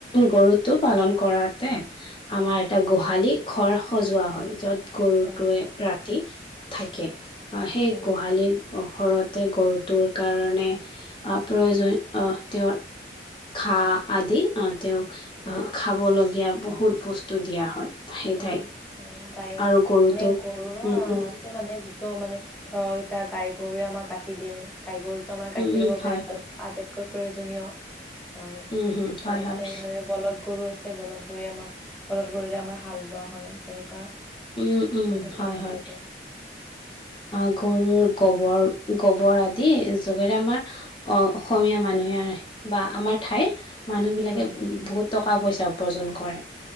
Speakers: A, on the left; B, in the centre.
A: গৰুটো পালন কৰাতে আমাৰ এটা গোহালি ঘৰ সজোৱা হয় য'ত গৰুটোৱে
B: হয় হয়
A: ৰাতি থাকে আহ সেই
B: হয়
A: গোহালি ঘৰতে গৰুটোৰ কাৰণে আহ প্ৰয়োজন আহ তেওঁৰ <unintelligible> ঘাঁ আদি আহ তেওঁক আহ খাবলগীয়া বহুত বস্তু দিয়া হয়। সেই
B: অ
A: ঠাইত
B: গায়ৰ
A: আৰু
B: <unintelligible>
A: গৰুটোৰ
B: মানে গৰুৰো
A: উম উম
B: আছে মানে যিটো মানে ধৰক এতিয়া গাই গৰুৱে আমাক গাখীৰ দিয়ে। গাইগৰুটো আমাৰ গাখীৰৰ
A: উম উম
B: বাবে
A: হয় হয়
B: আটাইতকৈ প্ৰয়োজনীয়। হয়
A: উম হম হয়
B: ধৰক
A: হয়
B: তেনেদৰে বলধ <unintelligible> গৰু আছে বলধ গৰু আমাৰ বলধ গৰুৰে আমাৰ হাল বোৱা হয় তেনেকুৱা।
A: উম-উম
B: এনে
A: <unintelligible>
B: ক্ষেত্ৰত
A: হয়-হয়
B: প্ৰয়োজন
A: আহ গৰুৰ গোবৰ গোবৰ আদি যোগেৰে আমাৰ অসমীয়া মানুহে বা আমাৰ ঠাইৰ <unintelligible> মানুহবিলাকে
B: হয় হয়
A: বহুত টকা-পইচা উপাৰ্জন কৰে।